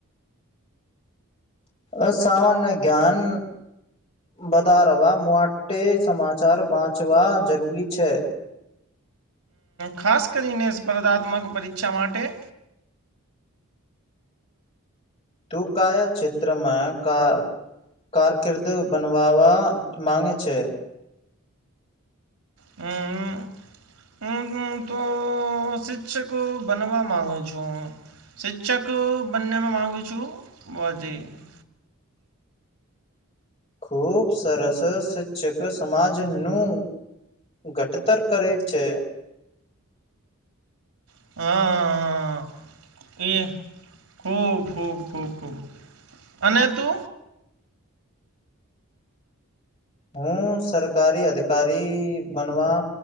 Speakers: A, on the left; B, on the right.
A: અ સામાન્ય જ્ઞાન વધારવા માટે સમાચાર વાંચવા જરૂરી છે.
B: ખાસ કરીને સ્પર્ધાત્મક પરીક્ષા માટે
A: તું કયા ક્ષેત્રમાં કા કારકિર્દી બનાવવા માંગે છે.
B: હમ હું હું તો શિક્ષક બનવા માંગું છું. શિક્ષક બનવા માગું છું. <unintelligible>
A: ખુબ સરસ શિક્ષક સમાજનું ઘડતર કરે છે.
B: <unintelligible> એ ખૂબ, ખૂબ, ખૂબ, ખૂબ અને એતો
A: હું સરકારી અધિકારી બનવા